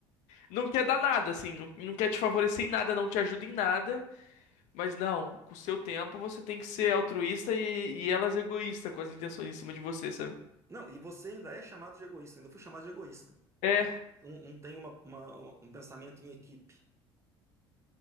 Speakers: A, on the left (about 55°); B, on the right (about 20°).
A: não quer dar nada, assim, não, não quer te favorecer em nada, não te ajuda em nada, mas não, com o seu tempo você tem que ser altruísta e, e elas egoísta com as intenções em cima de você, sabe?
B: Não, e você ainda é chamado de egoísta, ainda fui chamado de egoísta.
A: É,
B: Então, Não, não tem uma, uma- um pensamento em equipe.